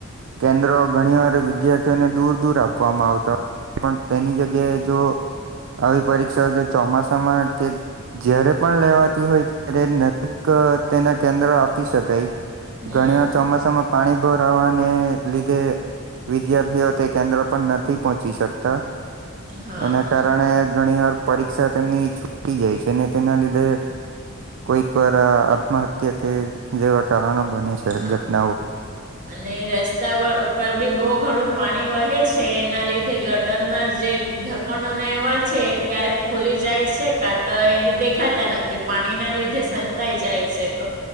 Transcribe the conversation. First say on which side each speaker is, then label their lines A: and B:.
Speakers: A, on the right (about 60°); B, on the right (about 40°).
A: કેન્દ્રો ઘણીવાર વિદ્યાર્થીઓને દૂર દૂર આપવામાં આવતા. પણ તેની જગ્યાએ જો આવી પરીક્ષાઓ જો ચોમાસામાં કે જયારે પણ લેવાતી હોય, ત્યારે નજીક તેના કેન્દ્રો આપી શકાય.
B: હમ
A: ઘણી વાર
B: હમ
A: ચોમાસામાં પાણી ભહરાવાને લીધે વિદ્યાર્થીઓ તે કેન્દ્ર પણ નથી પહોંચી શકતા.
B: હા
A: એના
B: હા
A: કારણે ઘણી વાર પરીક્ષા તેમની છૂટી જાય છે. તેના લીધે કોઈક વાર આત્મહત્યા કે એવા કારણો બને છે.
B: હા.
A: ઘટનાઓ.
B: અને રસ્તા પર બી બહુ ઘણું પાણી વહે છે. એના લીધે ગટરના જે ઢકણોને એવા છે. ક્યારેક ખુલી જાય છે, કા તો એ દેખાતા નથી. પાણી ના લીધે સંતાઈ જાય છે તો,